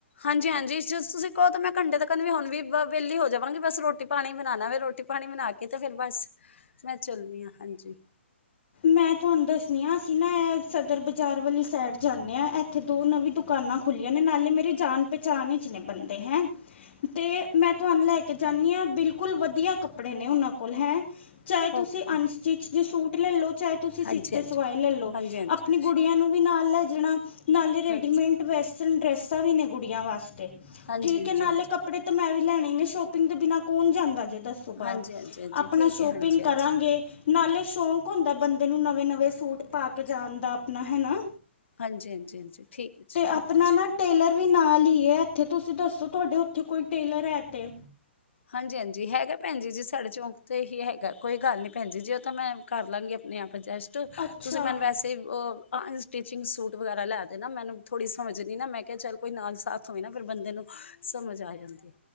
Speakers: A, on the left (about 70°); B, on the left (about 55°).
A: ਹਾਂਜੀ-ਹਾਂਜੀ, ਜੇ ਤੁਸੀਂ ਕਓ ਤਾਂ ਮੈਂ ਘੰਟੇ ਤੱਕਣ ਵੀ, ਹੁਣ ਵੀ ਵੇਹਲੀ ਹੋ ਜਾਵਾਂਗੀ, ਬਸ ਰੋਟੀ-ਪਾਨੀ ਬਨਾਨਾ ਵੇ ਰੋਟੀ ਪਾਨੀ ਬਨਾ ਕੇ ਤੇ ਫਿਰ ਬਸ, ਮੈਂ ਚੱਲਦੀ ਆਂ, ਹਾਂਜੀ
B: ਮੈਂ ਤੁਹਾਨੂੰ ਨੀਆਂ ਸੀਂ ਨਾ, ਐ ਸਦਰ ਬਜ਼ਾਰ ਵਾਲੀ ਸਾਈਡ ਜਾਂਨੇ ਆਂ, ਐਥੇ ਦੋ ਨਵੀਂ ਦੁਕਾਨਾਂ ਖੁੱਲ੍ਹੀਆਂ ਨ ਨਾਲੇ ਮੇਰੀ ਜਾਨ ਪੇਚਾਨ ਇਚ ਨੇ ਬੰਦੇ ਹੈ, ਤੇ ਮੈਂ ਤੁਆਨੁ ਲੈ ਕੇ ਜਾਨੀ ਆ, ਬਿਲਕੁਲ ਵਦੀਆ ਕੱਪੜੇ ਨੇ ਉਨਾਂ ਕੋਲ ਹੈ, ਚਾਏ
A: ਓਕੇ
B: ਤੁਸੀਂ ਅਨਸਟਿਚ ਸੂਟ ਲੈ ਲੋ, ਚਾਏ ਤੁਸੀਂ ਸੀਤੇ
A: ਹਾਂਜੀ-ਹਾਂਜੀ,
B: ਸਵਾਏ ਲੈ ਲੋ।
A: ਹਾਂਜੀ-ਹਾਂਜੀ,
B: ਅਪਨੀ ਗੁੜੀਆਂ ਨੂੰ ਵੀ ਨਾਲ ਲੈ ਜਾਣਾ ਨਾਲੇ
A: ਹਾਂਜੀ,
B: ਰੈਡੀਮੇਂਟ ਵੈਸਟਰਨ ਡਰੈਸਾਂ ਵੀ ਨੇ ਗੁੜੀਆਂ ਵਾਸਤੇ,
A: ਹਾਂਜੀ-ਹਾਂਜੀ,
B: ਠੀਕ ਏ ਨਾਲੇ
A: ਹਾਂਜੀ।
B: ਕੱਪੜੇ ਤੇ ਮੈਂ ਵੀ ਲੈਣੇ ਈ ਨੇ, ਸ਼ੋਪਿੰਗ ਤੇ ਬਿਨਾਂ ਕੌਨ ਜਾਂਦਾ ਜੇ ਦੱਸ ਤੇ ਬਾਰ।
A: ਹਾਂਜੀ-ਹਾਂਜੀ, ਹਾਂਜੀ
B: ਅਪਨਾ
A: ਠੀਕ
B: ਸ਼ੋਪਿੰਗ
A: ਹੈ ਹਾਂਜੀ-ਹਾਂਜੀ,
B: ਕਰਾਂਗੇ ਨਾਲੇ ਸ਼ੌਕ ਹੁੰਦਾ ਬੰਦੇ ਨੂੰ ਨਵੇਂ-ਨਵੇਂ ਸੂਟ ਪਾ ਕੇ ਜਾਨ ਦਾ ਅਪਨਾ ਹੈਨਾ
A: ਹਾਂਜੀ- ਹਾਂਜੀ -ਹਾਂਜੀ, ਠੀਕ ਏ ਜੀ ਠੀਕ
B: ਆਪਣਾ
A: ਏ
B: ਨਾ
A: ਜੀ
B: ਟੇਲਰ ਵੀ ਨਾਲ ਈ ਏ ਐਥੇ, ਤੁਸੀਂ ਦੱਸੋ ਤੁਆਡੇ ਓਥੇ ਕੋਈ ਟੇਲਰ ਐ ਤੇ
A: ਹਾਂਜੀ- ਹਾਂਜੀ, ਹੈਗਾ ਪੈੰਜੀ ਜੀ ਸਾਡੇ ਚੌਂਕ ਤੇ ਹੀ ਹੈਗਾ, ਕੋਈ ਗੱਲ ਨੀ ਪੈੰਜੀ ਜੀ ਓ ਤਾਂ ਮੈਂ ਕਰ ਲਾਂਗੀ ਅਪਨੇ ਆਪ ਐਡਜਸਟ
B: ਅੱਛਾ
A: ਤੁਸੀਂ ਮੈਨੁ ਵੈਸੇ ਤੇ ਓ ਅਨਸਟੀਚਿੰਗ ਸੂਟ ਵਗੈਰਾ ਲੈ ਦੇਨਾ ਮੈਨੁ ਥੋੜੀ ਸਮਝ ਨੀ ਨਾ, ਮੈਂ ਕਿਆ ਚੱਲ ਕੋਈ ਨਾਲ ਸਾਥ ਓਹੀ ਨਾ ਫੇਰ ਬੰਦੇ ਨੂੰ ਸਮਝ ਆ ਜਾਂਦੀ ਏ